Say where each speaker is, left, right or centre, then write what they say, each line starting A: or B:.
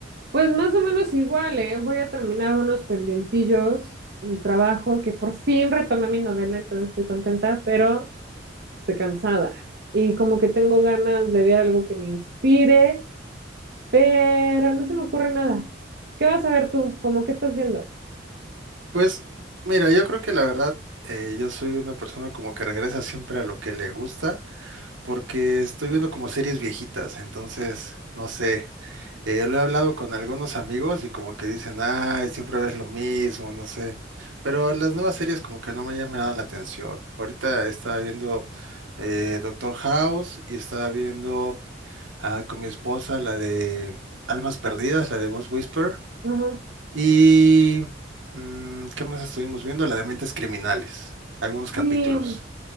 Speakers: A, on the right; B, on the right.
A: Pues más o menos igual, ¿eh? Voy a terminar unos pendientillos del trabajo, que por fin retomé mi novela, entonces estoy contenta, pero estoy cansada. Y como que tengo ganas de ver algo que me inspire, pero no se me ocurre nada. ¿Qué vas a ver tú? ¿Cómo que estás viendo?
B: Pues mira, yo creo que la verdad, eh, yo soy una persona como que regresa siempre a lo que le gusta. porque estoy viendo como series viejitas, entonces, no sé, eh, lo he hablado con algunos amigos y como que dicen, ay, siempre ves lo mismo, no sé, pero las nuevas series como que no me han llamado la atención. Ahorita estaba viendo eh, Doctor House y estaba viendo ah, con mi esposa la de Almas Perdidas, la de Ghost Whisperer
A: Ajá.
B: y, mm, ¿qué más estuvimos viendo? La de Mentes Criminales, algunos capítulos.
A: Sí,